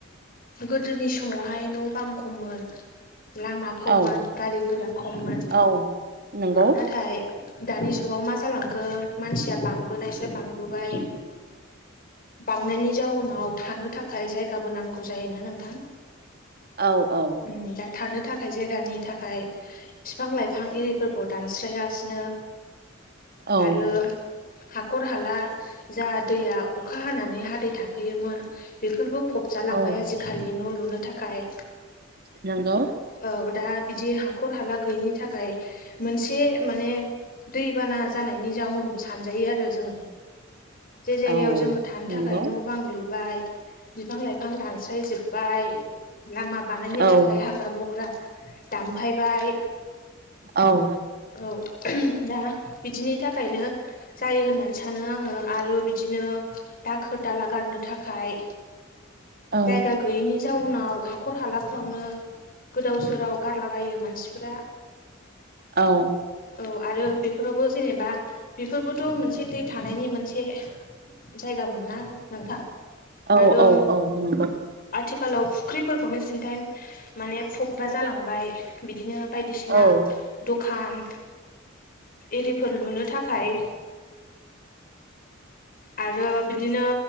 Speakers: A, on the left (about 45°); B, on the right (about 50°).
A: गोदोनि समावहाय न' बां खममोन लामा खममोन
B: औ
A: गारि गुरा खममोन
B: औ नंगौ
A: नाथाय दानि जुगाव मा जालांखो मानसिया बांबोनायसाय बांबोबाय बांनायनि जाउनाव थानो थाखाय जायगाबो नांगौ जायोना नोंथां
B: औ औ
A: उम दा थानो थाखाय जायगानि थाखाय बिफां लाइफां एरिफोरखौ दानस्रां गासिनो
B: औ
A: आरो हाखर हाला जा दैया अखा हानानै हादै थाफैयोमोन बेफोरबो फबजालांबाय
B: औ
A: आजिखालि न' लुनो थाखाय
B: नंगौ
A: औ दा बिदि हाखर हाला गैयैनि थाखाय मोनसे माने दैबाना जानायनि जाउनबो सानजायो आरो जोङो जे जायगायाव
B: औ
A: जोङो थानो थाखाय
B: नंगौ
A: न' बां लुबाय बिफां लाइफां दानस्रायजोब्बाय लामा बानायनो
B: औ
A: थाखाय हाग्रा ग्रा बख्रा दामफायबाय
B: औ
A: औ दा बिदिनि थाखायनो जायो होननानै सानो आङो आरो बिदिनो दाखोर दाला गारनो थाखाय
B: औ
A: जायगा गैयैनि जाउनाव हाखर हालाफ्रावनो गोदाव सोराव गारलाबायो मानसिफोरा
B: औ
A: औ आरो बेफोरावबो जेनेबा बेफोरबोथ' मोनसे दै थानायनि मोनसे जायगा मोन ना नोंथां
B: औ
A: आरो
B: औ औ नंगौ
A: आथिखालाव फुख्रिफोरखौनो सिन्थाय माने फबग्रा जालांबाय बिदिनो बायदिसिना
B: औ
A: दखान एरिफोर लुनो थाखाय आरो बिदिनो